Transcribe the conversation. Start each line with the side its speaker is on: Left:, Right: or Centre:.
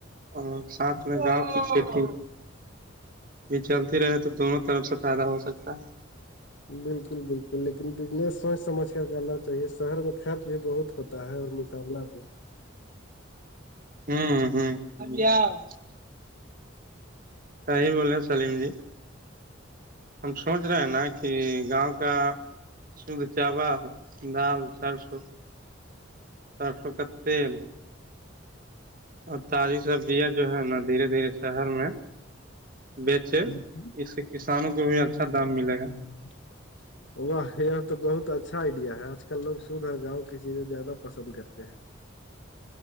Right: اور ساتھ میں گاؤں کی کھیتی یہ چلتی رہے تو دونوں طرف سے فائدہ ہو سکتا ہے
Left: بالکل بالکل لیکن بجنس سوچ سمجھ کر کرنا چاہیے شہر میں خرچ بھی بہت ہوتا ہے اور مقابلہ بھی
Right: ہ ہ ا <unintelligible> صحی بول رہے ہیں سلیم جی ہم سوچ رہے ہیں نا کہ گاؤں کا سد چابا دال چار سو چار سو کا تل اور تازی سببجیا جو ہے نا دھیرے دھیرے شہر میں بیچے
Left: ہ ہ
Right: اس سے کسانوں
Left: ہ <unintelligible>
Right: کو بھی اچھا دام ملے گا
Left: واہ یہ تو بہت اچھا آئیڈیا ہے آج کل لوگ سدھر گاؤں کی چیزیں زیادہ پسند کرتے ہیں